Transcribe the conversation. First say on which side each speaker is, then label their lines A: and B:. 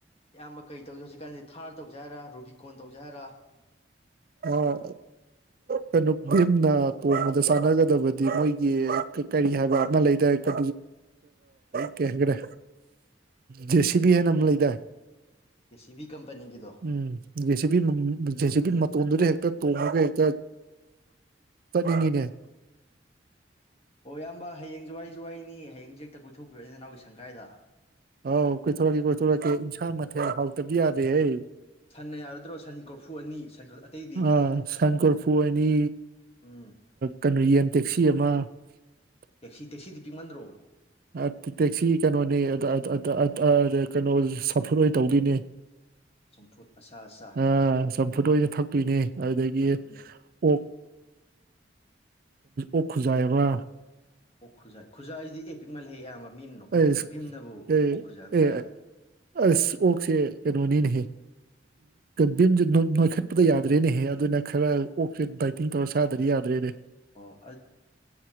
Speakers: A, on the left; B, on the right.
A: ꯏꯌꯥꯝꯕ ꯀꯔꯤ ꯇꯧꯖꯦ ꯍꯧꯖꯤꯛꯀꯥꯟꯗꯤ ꯊꯥꯔ ꯇꯧꯖꯦ ꯍꯥꯏꯔꯥ ꯔꯨꯕꯤꯀꯣꯔꯟ ꯇꯧꯖꯦ ꯍꯥꯏꯔꯥ
B: ꯑꯥ ꯀꯩꯅꯣ ꯚꯤꯝꯅ ꯇꯣꯡꯕꯗ ꯆꯥꯟꯅꯒꯗꯕꯗꯤ ꯃꯣꯏꯒꯤ ꯀꯔꯤ ꯍꯥꯏꯕ ꯑꯃ ꯂꯩꯗꯥꯏ ꯑꯥ ꯀꯔꯤ ꯍꯥꯏꯒ꯭ꯔꯦ ꯖꯦꯁꯤꯕꯤ ꯑꯃ ꯂꯩꯗꯥꯏ
A: ꯖꯦ ꯁꯤ ꯕꯤ ꯀꯝꯄꯅꯤꯒꯤꯗꯣ
B: ꯎꯨꯝ ꯖꯦꯁꯤꯕꯤ ꯃ ꯖꯦꯁꯤꯕꯤ
A: ꯎꯝ
B: ꯃꯠ ꯍꯦꯛꯇ ꯇꯣꯡꯉꯒ ꯍꯦꯛꯇ ꯆꯠꯅꯤꯡꯏ ꯅꯦ
A: ꯑꯣ ꯏꯌꯥꯝꯕ ꯍꯌꯦꯡꯖꯦ ꯋꯥꯔꯤꯖꯨ ꯋꯥꯔꯤꯅꯤ ꯍꯌꯦꯡꯖꯦ ꯍꯦꯛꯇ ꯀꯣꯏꯊꯣꯛꯄꯤ ꯔꯛꯑꯣꯅꯦ ꯅꯅꯥꯎꯒꯤ ꯁꯪꯒꯥꯏꯗ
B: ꯑꯥꯎ ꯀꯣꯏꯊꯣꯔꯛꯀꯦ ꯀꯣꯏꯊꯣꯔꯛꯀꯦ ꯏꯟꯁꯥꯡ ꯃꯊꯦꯜ ꯍꯥꯎꯇꯕꯗꯤ ꯌꯥꯗꯦꯍꯦ
A: ꯁꯟꯅ ꯌꯥꯔꯗ꯭ꯔꯣ ꯁꯟ ꯀꯣꯔꯐꯨ ꯑꯅꯤ ꯑꯇꯩꯗꯤ
B: ꯑ ꯁꯟ ꯀꯣꯔꯐꯨ ꯑꯅꯤ
A: ꯎꯨꯝ
B: ꯀꯩꯅꯣ <inaudible>
A: ꯇꯦꯛꯁꯤ ꯇꯦꯛꯁꯤꯗꯤ ꯄꯤꯛꯃꯟꯗ꯭ꯔꯣ
B: ꯑꯥ ꯇꯦꯛꯁꯤ ꯀꯩꯅꯣꯅꯦ ꯑꯗ ꯁꯐꯨꯔꯣꯏ ꯇꯧꯗꯣꯏꯅꯦ
A: ꯆꯝꯐꯨꯠ ꯑꯁꯥ ꯑꯁꯥ
B: ꯑꯥ ꯆꯝꯐꯨꯠ ꯑꯣꯏꯅ ꯊꯛꯇꯣꯏꯅꯦ ꯑꯗꯒꯤ
A: ꯎꯝ
B: ꯑꯣꯛ ꯑꯣꯛ ꯈꯨꯖꯥꯏ ꯑꯃ
A: ꯑꯣꯛ ꯈꯨꯖꯥꯏ ꯈꯨꯖꯥꯏꯖꯤꯗꯤ ꯑꯦ ꯄꯤꯛꯃꯜꯂꯦꯍꯦ ꯏꯌꯥꯝꯕ ꯃꯤꯅ ꯅꯣꯛꯅꯔꯅꯤ
B: ꯑꯁ
A: ꯚꯤꯝꯅꯕꯨ
B: ꯑꯦ
A: ꯑꯣꯛ ꯈꯨꯖꯥꯏ ꯑꯃ
B: ꯑꯦ
A: ꯆꯥꯔꯗꯤ
B: ꯑꯁ ꯑꯣꯛꯁꯦ ꯀꯩꯅꯣꯅꯤꯅꯦꯍꯦ ꯚꯤꯝꯖꯦ ꯅꯣꯏꯈꯠꯄꯗ ꯌꯥꯗ꯭ꯔꯦꯍꯦ ꯑꯗꯨꯅ ꯈꯔ ꯑꯣꯛꯁꯦ ꯗꯥꯏꯇꯤꯡ ꯇꯧꯔꯒ ꯆꯥꯗ꯭ꯔꯗꯤ ꯌꯥꯗ꯭ꯔꯦꯅꯦꯍꯦ
A: ꯑꯣ